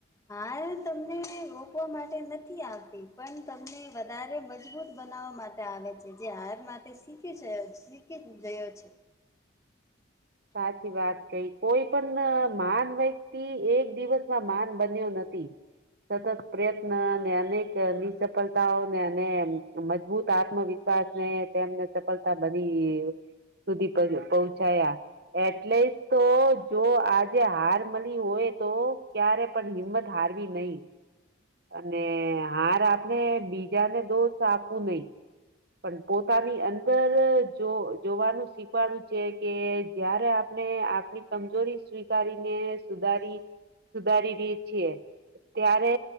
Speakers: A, on the left; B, on the right.
A: હા, તમને રોકવા માટે નથી આવતી, પણ તમને વધારે મજબૂત બનાવવા માટે આવે છે, જે હાર માટે શીખી છે, શીખી ગયો છે.
B: સાચી વાત કઈ, કોઈ પણ માન વ્યક્તિ એક દિવસમાં માન બન્યો નથી. સતત પ્રયત્ન, અને અનેક નિસફળતાઓને, અને મજબૂત આત્મવિશ્વાસ ને તેમને સફલતા બધી સુધી પહો-પહોંચાયા એટલે જ તો, જો આજે હાર મલી હોય, તો ક્યારે. પણ, હિંમત હારવી નહી. અને હાર, આપણે બીજાને દોષ આપવું નહી. પણ, પોતાની અંદર જો જોવાનું શીખવાનું છે કે. ત્યારે આપણે આપની કમજોરી સ્વીકારીને સુધારી. સુધારી રી છીએ ત્યારે